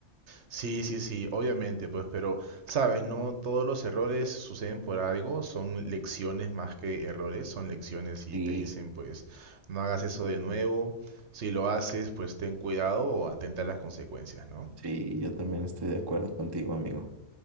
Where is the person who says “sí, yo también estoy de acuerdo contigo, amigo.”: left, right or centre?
Right